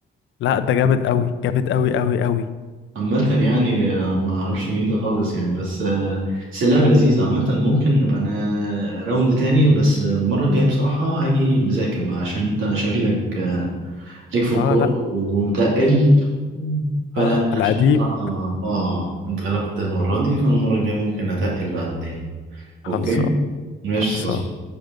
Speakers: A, on the left; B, on the right.
A: لا ده جامد قوي جامد قوي قوي قوي
B: عامة يعني آه، ما اعرفش مين ده خالص يعني بس آه، بس اللعبة لذيذة عامة ممكن نبقى انا راوند تاني بس المرة الجاية بصراحة هاجي مذاكر بقى عشان انت شكلك آه، ليك في الكورة
A: اه لا
B: ومتقل فانا
A: اه
B: يعني
A: على
B: عشان
A: قديم
B: بصراحة اه انت غلبت المرة دي فالمرة الجاية ممكن اتقل بقى الدنيا
A: <laughs>
B: اوكي
A: خلصان
B: ماشي
A: خلصان